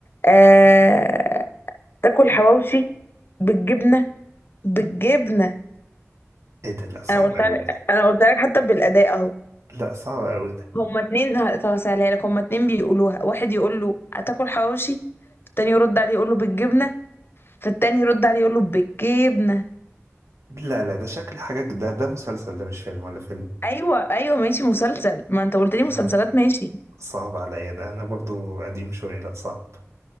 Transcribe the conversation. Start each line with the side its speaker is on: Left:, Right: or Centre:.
Left: آه... تاكل حواوشي بالجبنه بالجبنه
Right: إيه ده لا صعب
Left: انا قلت
Right: أوي
Left: لك
Right: ده
Left: انا قلت لك حتى بالاداء اهو
Right: لا صعب أوي ده
Left: هما اتنين هسهلها لك هما اتنين بيقولوها واحد يقول له هتاكل حواوشي التاني يرد عليه يقول له بالجبنه فالتاني يرد عليه يقول له بالجبنه
Right: لا لا ده شكل حاجة ده ده مسلسل ده مش فيلم ولا فيلم
Left: ايوه ايوه ماشي مسلسل ما انت قلت لي مسلسلات
Right: لا
Left: ماشي
Right: صعب عليا ده انا برضو قديم شويه لا صعب